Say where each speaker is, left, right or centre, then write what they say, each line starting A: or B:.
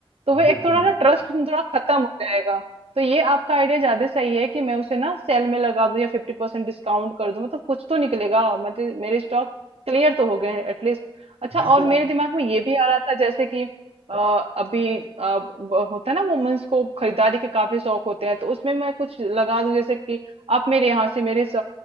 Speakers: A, on the right; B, on the right.
A: तो वो एक
B: बिल्कुल
A: थोड़ा ना
B: बिल्कुल
A: ट्रस्ट थोड़ा खत्म हो जाएगा तो ये आपका आइडिया ज्यादा सही है कि मैं उसे ना सेल में लगा दूं या फिफ्टी परसेंट डिस्काउंट कर दूं मतलब कुछ तो निकलेगा मतलब मेरे स्टॉक क्लियर तो हो गए एटलीस्ट अच्छा
B: बिल्कुल
A: और मेरे
B: आप
A: दिमाग में ये भी आ रहा था जैसे कि अ, अभी अ, वो होता है ना वुमेन्स को खरीदारी के काफी शौक होते हैं तो उसमें मैं कुछ लगा दूं जैसे कि आप मेरे यहाँ से मेरे स-